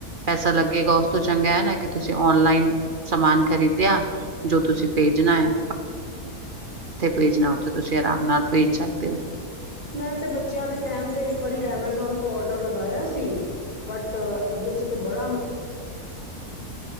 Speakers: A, on the right; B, on the left.
A: ਪੈਸਾ ਲਗੇਗਾ ਉਸਤੋ ਚੰਗਾ ਹੈ ਨਾ ਕਿ ਤੁਸੀਂ ਆਨਲਾਈਨ ਸਮਾਨ ਖਰੀਦਿਆ ਜੋ ਤੁਸੀਂ ਭੇਜਨਾ ਹੈ ਭੇਜ਼ ਸਕਦੇ ਹੋ।
B: ਮੈਂ ਤੇ ਬੱਚਿਆਂ ਦੇ ਕਹਿਣ ਤੇ ਇੱਕ ਵਾਰੀ ਐਮੇਜ਼ੋਨ ਤੋਂ ਆਰਡਰ ਲਗਾਇਆ ਸੀ। ਬਟ ਉਹਦੇ ਚ ਬਾਹਰ